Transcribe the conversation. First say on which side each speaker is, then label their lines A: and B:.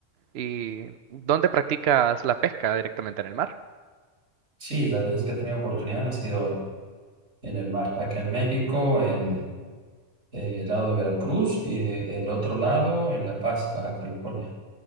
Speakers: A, on the right; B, on the right.
A: ¿Y dónde practicas la pesca? ¿Directamente en el mar?
B: Sí, las veces que he tenido oportunidad ha sido en, en el mar, acá en México, en eh, el lado de Veracruz y de- el otro lado en La Paz, Baja California.